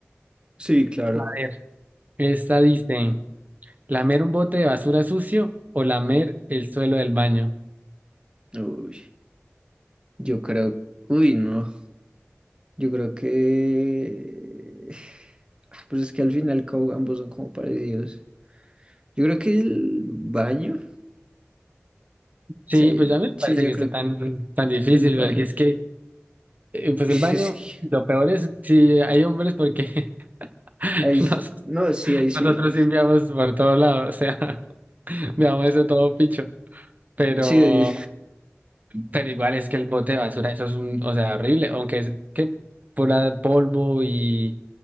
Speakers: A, on the right; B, on the right.
A: Sí, claro.
B: a ver Esta dice, ¿lamer un bote de basura sucio o lamer el suelo del baño?
A: Uy, yo creo. Uy, no. Yo creo que. Ah, Pues es que al final co- ambos son como parecidos. Yo creo que el baño.
B: Sí,
A: Sí,
B: pues ya me
A: sí,
B: parece
A: yo
B: que
A: creo
B: esté tan, tan difícil,
A: que el baño.
B: porque es que, eh, pues
A: Sí,
B: el baño,
A: es que-
B: lo peor es si hay hombres, porque <laughs>
A: Ahí sí.
B: nos-
A: No, sí, ahí sí.
B: nosotros limpiamos por todos lados, o sea, <laughs> veamos eso todo picho, pero...
A: Sí,
B: Pero igual es que el bote de basura, eso es un, o sea, horrible, aunque es que pura polvo y